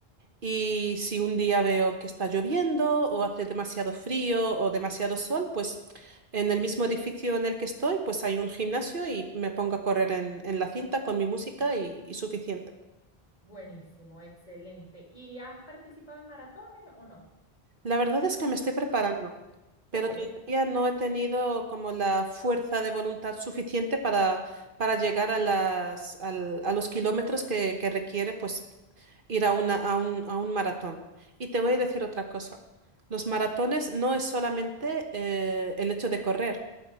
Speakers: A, on the right (about 60°); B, on the left (about 40°).
A: Y si un día veo que está lloviendo o hace demasiado frío o demasiado sol, pues en el mismo edificio en el que estoy, pues hay un gimnasio y me pongo a correr en, en la cinta con mi música y, y suficiente.
B: Buenísimo, excelente. ¿Y has participado en maratones o no?
A: La verdad es que me estoy preparando.
B: Ok,
A: Pero todavía no he tenido como la fuerza de voluntad suficiente para, para llegar a las, al- a los kilómetros que, que requiere pues ir a una, a un, a un maratón. Y te voy a decir otra cosa. Los maratones no es solamente eh, el hecho de correr.